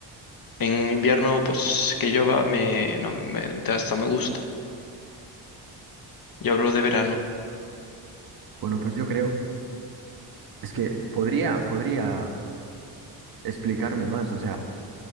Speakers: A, on the left; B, on the right.
A: En invierno, pues que llueva me, no, me, me- hasta me gusta. Yo hablo de verano.
B: Bueno, pues yo creo, es que podría, podría explicarme más. O sea,